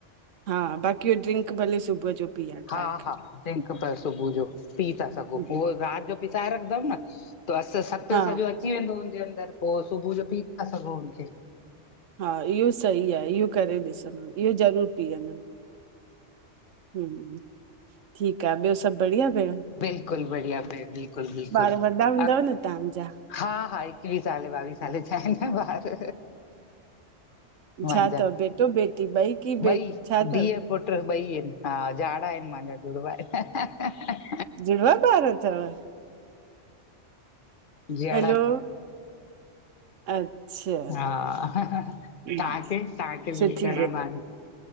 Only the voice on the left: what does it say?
हा
हा टंक प सुबुह जो पी था सघो
उहो रात जो पिसाए रखंदम् न। त अस सत
सॼो अची वेंदो हुनजन्दे अंदर पो सुबुह जो पी था सघो हुते
बिल्कुल बढ़िया भई बिल्कुल बिल्कुल।
अ
हा हा एकवीह साल ॿावीह सालॿार ठाहिण भार। मुहुन्जा
ॿई
धीउ, पुट ॿई आहिन। हा झाड़ आहिन, मान्झा जुॾवा आहिन।
झाॾा
<unintelligible>
हा
तव्हांखे तव्हांखे बि
घणा ॿार आहिनि?